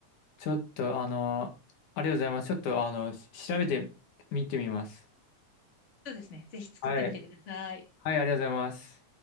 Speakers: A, on the left (about 75°); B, on the left (about 25°).
A: ちょっと、あの、ありがとうございます。ちょっと、あの、し調べてみてみます。
B: そうですね。ぜひ作ってみてください。
A: はい。はい、ありがとうございます。